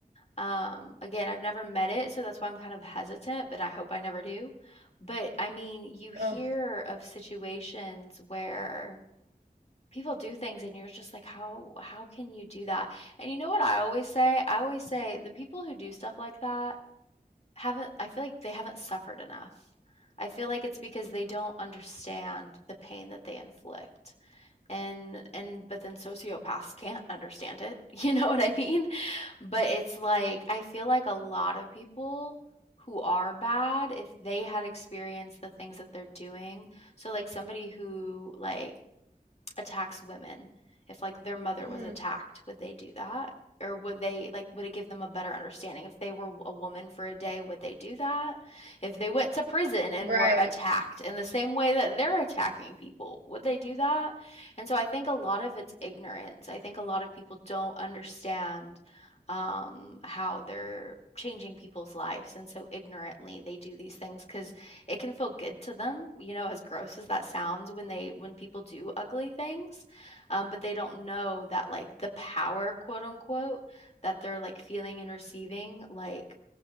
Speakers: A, on the left; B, on the right.
A: Um, again, I've never met it, so that's why I'm kind of hesitant, but I hope I never do. But I mean, you hear
B: oh
A: of situations where people do things and you're just like, how how can you do that? And you know what I always say? I always say the people who do stuff like that haven't I feel like they haven't suffered enough. I feel like it's because they don't understand the pain that they inflict. And and but then sociopaths can't understand it. <laughs> You know what I mean? But it's like I feel like a lot of people who are bad if they had experienced the things that they're doing. So like somebody who like attacks women if like their mother
B: mm-hmm
A: was attacked would they do that or would they like would it give them a better understanding if they were a woman for a day would they do that if they went to prison and
B: right
A: were attacked in the same way that they're attacking people would they do that and so i think a lot of it's ignorance i think a lot of people don't understand um, how they're changing people's lives and so ignorantly they do these things because it can feel good to them, you know, as gross as that sounds when they when people do ugly things, um, but they don't know that like the power, quote unquote, that they're like feeling and receiving, like